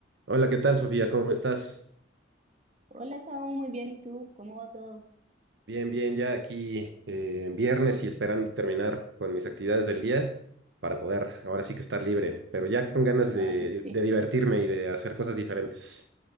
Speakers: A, on the right; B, on the right.
A: Hola, ¿qué tal, Sofía? ¿Cómo estás?
B: Hola, Saúl, muy bien. ¿Y tú? ¿Cómo va todo?
A: Bien, bien, ya aquí eh, en viernes y esperando terminar con mis actividades del día para poder ahora sí que estar libre, pero ya con ganas
B: Ay,
A: de,
B: sí.
A: de divertirme y de hacer cosas diferentes.